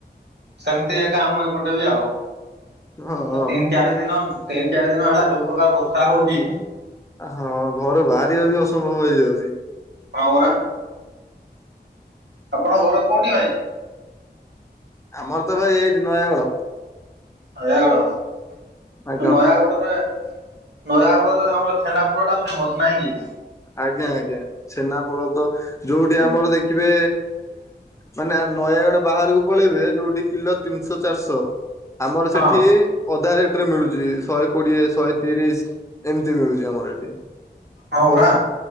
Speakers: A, on the right; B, on the left.
A: ସେମିତି ଏକା ଆମ ଏପଟେ ବି ଆଉ
B: ହଁ ହଁ
A: ତିନି ଚାରି ଦିନ ତିନି ଚାରି ଦିନ ହେଲା ଯେଉଁ ପ୍ରକାର ବର୍ଷା ହଉଛି
B: ହଁ ଘରୁ ବାହାରିବାବି ଅସମ୍ଭବ ହେଇଯାଉଛି।
A: ହଁ ପରା। ଆପଣଙ୍କ ଘର କୋଉଠି ଭାଇ।
B: ଆମ ଘର ତ ଭାଇ ଏଇଠି ନୟାଗଡ଼।
A: ନୟାଗଡ
B: ଆଜ୍ଞା
A: ନୟାଗଡରେ ନୟାଗଡ଼ରେ ଆମର ଛେନାପୋଡ ଟା ଫେମସ ନାଇଁ କି?
B: ଆଜ୍ଞା ଆଜ୍ଞା ଛେନାପୋଡ଼ ତ ଯୋଉଠି
A: ହୁଁ।
B: ଆମର ଦେଖିବେ ମାନେ ନୟାଗଡ ବାହାରକୁ ପଳେଇବେ ଯୋଉଠି କିଲୋ ତିନିଶହ ଚାରିଶହ ଆମର
A: ହଁ।
B: ସେଠି ଅଧା ରେଟରେ ମିଳୁଛି ଶହେ କୋଡିଏ ଶହେ ତିରିଶ ଏମିତି ମିଳୁଛି ଆମର ଏଠି।
A: ହଁ ପରା।